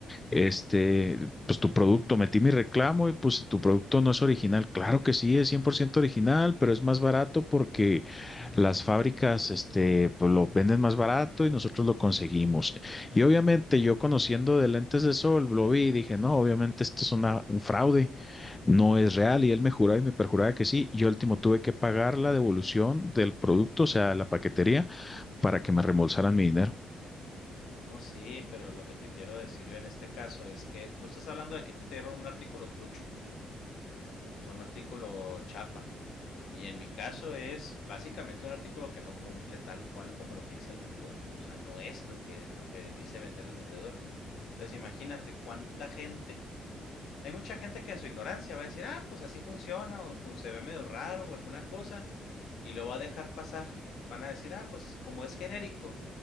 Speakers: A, on the left (about 20°); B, on the left (about 75°).
A: este, pues tu producto, metí mi reclamo y pues tu producto no es original. Claro que sí, es 100% original, pero es más barato porque las fábricas, este, pues lo venden más barato y nosotros lo conseguimos. Y obviamente yo conociendo de lentes de sol, lo vi y dije, no, obviamente esto es una, un fraude, no es real. Y él me juraba y me perjuraba que sí. Yo último tuve que pagar la devolución del producto, o sea, la paquetería, para que me reembolsaran mi dinero.
B: No, sí, pero lo que te quiero decir yo en este caso es que tú estás hablando de que a ti te dieron un artículo trucho, o sea, un artículo chafa. Y en mi caso es básicamente un artículo que no cumple tal cual como lo que dice el vendedor. O sea, no es lo que, lo que dice vender el vendedor. Entonces, imagínate cuánta gente Hay mucha gente que en su ignorancia va a decir, ah, pues así funciona, o fun- se ve medio raro o alguna cosa, y lo va a dejar pasar. Van a decir, ah, pues como es genérico,